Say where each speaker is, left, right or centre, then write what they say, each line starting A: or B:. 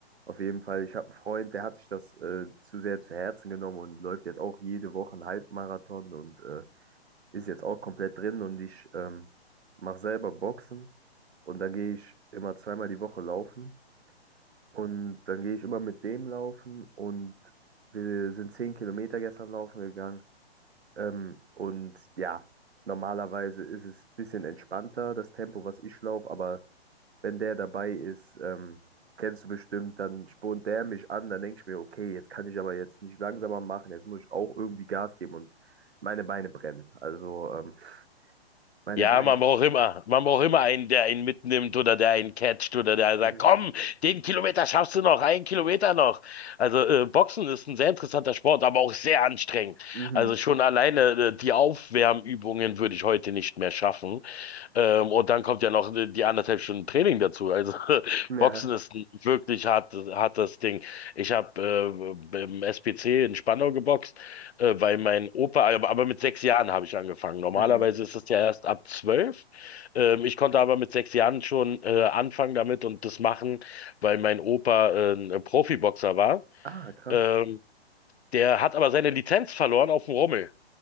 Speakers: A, on the right; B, on the left.
A: Auf jeden Fall, ich habe einen Freund, der hat sich das äh, zu sehr zu Herzen genommen und läuft jetzt auch jede Woche einen Halbmarathon und äh, ist jetzt auch komplett drin. Und ich ähm, mache selber Boxen und dann gehe ich immer zweimal die Woche laufen. Und dann gehe ich immer mit dem laufen und wir sind 10 Kilometer gestern laufen gegangen. Ähm, und ja, normalerweise ist es ein bisschen entspannter, das Tempo, was ich laufe, aber wenn der dabei ist, ähm, kennst du bestimmt, dann spornt der mich an, dann denke ich mir, okay, jetzt kann ich aber jetzt nicht langsamer machen, jetzt muss ich auch irgendwie Gas geben und meine Beine brennen. Also, ähm, <laughs> meine
B: Ja,
A: Beine.
B: man braucht immer, man braucht immer einen, der einen mitnimmt oder der einen catcht oder der
A: Mhm.
B: sagt, komm, den Kilometer schaffst du noch, einen Kilometer noch. Also äh, Boxen ist ein sehr interessanter Sport, aber auch sehr anstrengend.
A: Mhm.
B: Also schon alleine äh, die Aufwärmübungen würde ich heute nicht mehr schaffen. Ähm, und dann kommt ja noch äh, die anderthalb Stunden Training dazu. Also <laughs>
A: Ja.
B: Boxen ist ein wirklich hart, hartes Ding. Ich habe äh, im SPC in Spandau geboxt. Äh, weil mein Opa, aber, aber mit sechs Jahren habe ich angefangen. Normalerweise
A: Mhm.
B: ist es ja erst ab zwölf. Ähm, ich konnte aber mit sechs Jahren schon äh, anfangen damit und das machen, weil mein Opa äh, ein Profiboxer war.
A: Ah, krass.
B: Ähm, der hat aber seine Lizenz verloren auf dem Rummel.